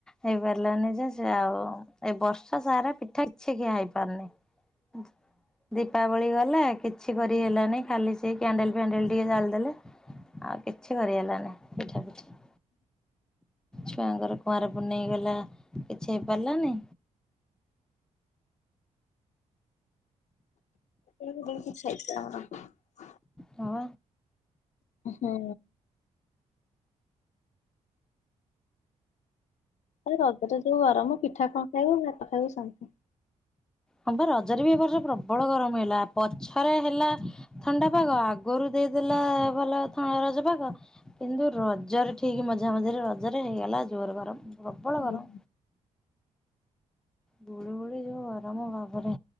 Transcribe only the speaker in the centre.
ହେଇପାରିଲାନି ଯେ ସେ ଆଉ ଏ ବର୍ଷ ସାରା ପିଠା କିଛି ଖିଆ ହେଇପାରୁନି। ଦୀପାବଳି ଗଲା। କିଛି କରି ହେଲାନି ଖାଲି ସେଇ କ୍ୟାଣ୍ଡେଲ ଫ୍ୟାଣ୍ଡେଲ ଟିକେ ଜାଳିଦେଲେ। ଆଉ କିଛି କରି ହେଲାନି ପିଠା ପିଠା। ଛୁଆଙ୍କର କୁଆଁରପୁନେଇଁ ଗଲା। କିଛି ହେଇପାରିଲାନୀ।
ହଁ।
ହଁ ବା ରଜରେ ବି ଏ ବର୍ଷ ପ୍ରବଳ ଗରମ ହେଲା ପଛରେ ହେଲା ଥଣ୍ଡା ପାଗ ଆଗରୁ ଦେଇ ଦେଲା ଭଲ ଥ ରଜ ପାଗ କିନ୍ତୁ ରଜରେ ଠିକ ମଝା ମଝିରେ ରଜରେ ହେଇଗଲା ଟା ଜୋର ଗରମ୍ ପ୍ରବଳ
ଗରମ। ଗୁଳି ଗୁଳି ଯୋଉ ଗରମ ବାବାରେ